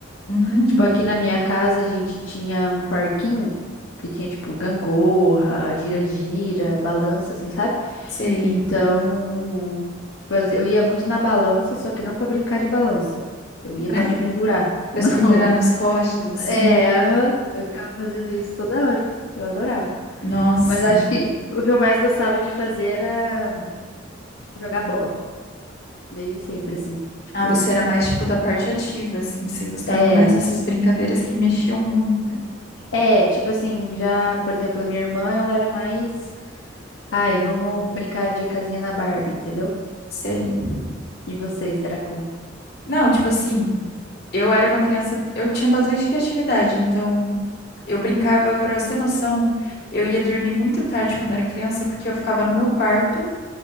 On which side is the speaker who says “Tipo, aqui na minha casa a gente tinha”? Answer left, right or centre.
Left